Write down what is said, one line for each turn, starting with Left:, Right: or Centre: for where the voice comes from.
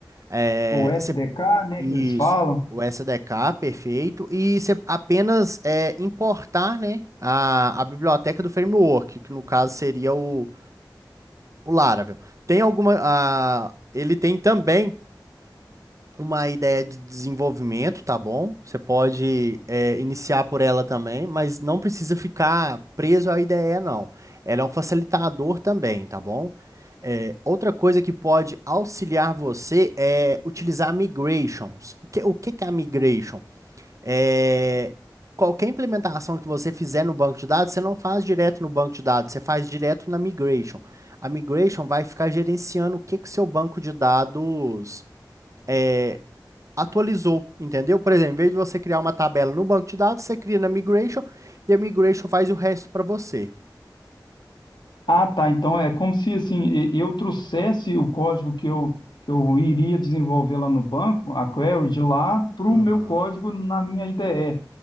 Right: É,
Left: O SDK,
Right: você-
Left: né,
Right: isso,
Left: que eles falam.
Right: o SDK, perfeito. E você apenas é, importar, né, a, a biblioteca do framework, que no caso seria o, o Laravel. Tem alguma. A, ele tem também uma ideia de desenvolvimento, tá bom? Você pode é, iniciar por ela também, mas não precisa ficar preso à ideia, não. Ela é um facilitador também, tá bom? É, outra coisa que pode auxiliar você é utilizar migrations. O que, o que que é a migration? É, qualquer implementação que você fizer no banco de dados, você não faz direto no banco de dados, você faz direto na migration. A migration vai ficar gerenciando o que que o seu banco de dados é, atualizou, entendeu? Por exemplo, em vez de você criar uma tabela no banco de dados, você cria na Migration e a Migration faz o resto para você.
Left: Ah, tá. Então é como se assim e- eu trouxesse o código que eu, que eu iria desenvolver lá no banco, a query de lá, para o
Right: Uhum.
Left: meu código na minha IDE.